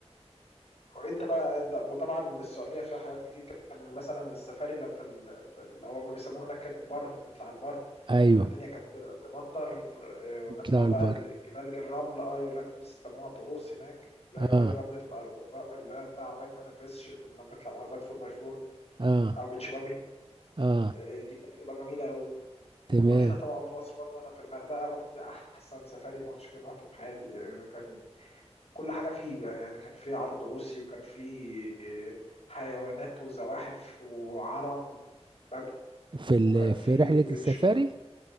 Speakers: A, on the left (about 60°); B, on the right (about 45°).
A: وانت بقى انت وطبعا السعودية فيها حاجات كتير كان مثلا السفاري لما في ال... في ال... هو ما بيسموه هناك البر نطلع البر
B: ايوه
A: لما الدنيا كانت تمطر آه، ونطلع
B: يطلعوا
A: بقى
B: البر
A: الجبال الرمل اه يقول لك بيسموها طعوس هناك لا
B: اه
A: جبال الرمل تبقى الر- لا لا، العربيات ما تفرسش كنا بنطلع عربيات 4 باي 4
B: اه
A: او بيتش باجي
B: اه
A: آه، دي كانت بتبقى جميله قوي
B: تمام
A: وهنا طبعا في مصر برضه انا في الغردقه رحت احسن سفاري مشكل رحته في حياتي يعني كان كل حاجه فيه بقى، يعني كان فيه عرض روسي وكان فيه حيوانات وزواحف وعرب بدو
B: في ال...
A: وكان فيه
B: في رحلة
A: بيتش
B: السفاري
A: باجي